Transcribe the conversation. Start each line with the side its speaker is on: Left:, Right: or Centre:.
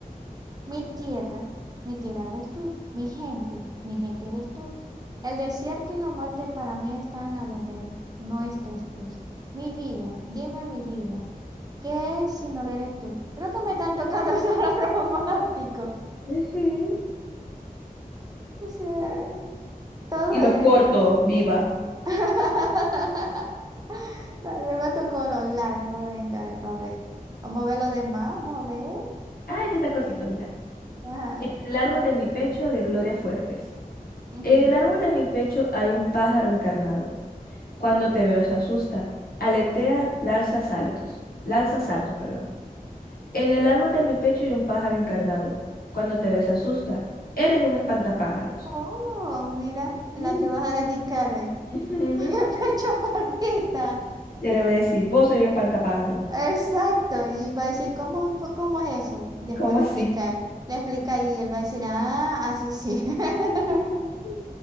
Right: Mi tierra, mi tierra eres tú, mi gente, mi gente eres tú. El desierto y la muerte para mí están a donde no estés tú. Mi vida, dime mi vida, ¿qué es si no lo eres tú? Creo que me están tocando <laughs> solo romántico.
Left: Ujú.
Right: O sea, todo
Left: Y los
Right: eres
Left: cortos,
Right: tú.
Left: viva.
Right: <laughs> También me tocó lo largo, no venga, ahí para ver. Vamos a ver lo demás, vamos a ver.
Left: Ah, este está cortito, mira.
Right: Ajá.
Left: En el árbol de mi pecho de Gloria Fuertes.
Right: Ujú.
Left: En el árbol de mi pecho hay un pájaro encarnado. Cuando te veo se asusta. Aletea, lanza saltos. Lanza saltos, perdón. En el árbol de mi pecho hay un pájaro encarnado. Cuando te veo se asusta. Eres un espantapájaros.
Right: Oh, mira la
Left: Uh.
Right: que vas a dedicarme.
Left: Ujú.
Right: <laughs> Pecho palpita.
Left: Ya le voy a decir, vos soy un espantapájaro.
Right: Exacto. Y va a decir, ¿cómo, fue- cómo es eso? Y después
Left: ¿Cómo
Right: le
Left: así?
Right: explica. Le explica y él va a decir, ah, así sí. <laughs>
Left: <laughs>